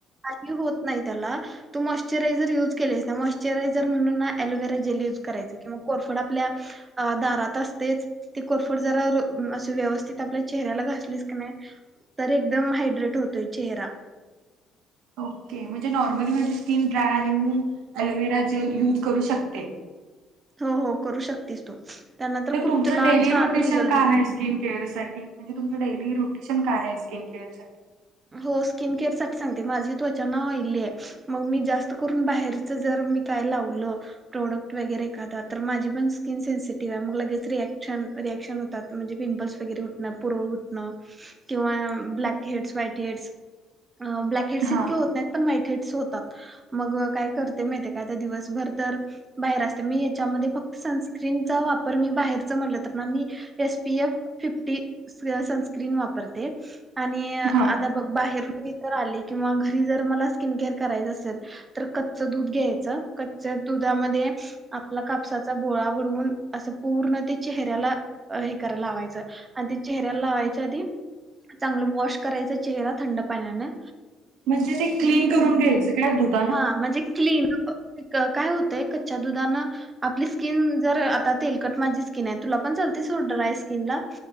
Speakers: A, on the right; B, on the right.
A: ही होत नाही त्याला तू मॉश्चरायझर युज केलेस ना मॉश्चरायझर म्हणून ना ॲलोवेरा जेल युज करायचं किंवा कोरफड आपल्या. अ दारातच तेच ते कोरफोड जरा अस व्यवस्थित आपल्या चेहऱ्याला घासलीस की नाय तर एकदम हायड्रेट होतोय चेहरा
B: ओके, म्हणजे नॉर्मली माझी स्किन ड्राय आहे मी ॲलोवेरा जेल यूज करू शकते
A: हों हों करू शकतीस तू त्यांन
B: तर
A: खूप
B: तुमचं
A: तुला
B: डेली
A: छान
B: रोटेशन
A: रिझल्ट
B: काय
A: येईल.
B: आहे स्किन केअर साठी? म्हणजे तुमचं डेली रुटीन काय आहे स्किन केअर साठी?
A: हो स्किन केअर साठी सांगते माझी त्वचान ऑइलीय मग मी जास्त करून बाहेर जर मी काय लावलं प्रोडक्ट वगैरे एखादा तर माझी पण स्कन सेनसिटिव्ह आहे मग लगेच रिऍक्शन रिऍक्शन म्हणजे पिंपल्स वगैरे उठणं पुरळ उठणं किंवा blackheads white head blackheads
B: हा
A: इतके होत नाहीत पण व्हाईट हेडस होतात मग काय करते माहिती ते काय आता दिवसभर तर बाहेर असते मी याच्यामध्ये फक्त सनस्क्रीनचा वापर मी बाहेरच म्हणलं हो तर पण मी S P F fifty sunscreen वापरते आणि
B: हा
A: आता बघ बाहेरुण मी आले किंवा घरी जर मला स्किन केअर करायचं असेल? तर कच्च दूध घ्यायचं कच्च्या दुधामध्ये आपला कापसाचा बोळा बडवून असं पूर्ण ते चेहऱ्याला हे करा लावायचं आणि ते चेहऱ्याला लावायच्या आधी चांगलं वॉश करायचा चेहरा थंड पाण्यान-
B: म्हणजे ते क्लीन करून घ्यायचं काय धुत
A: हा म्हणजे क्लीन काय होतंय कच्च्या दुधानं आपली स्किन जर आता तेलकट माझी स्किनाय तुला पण झालती सुट ड्राय स्किनला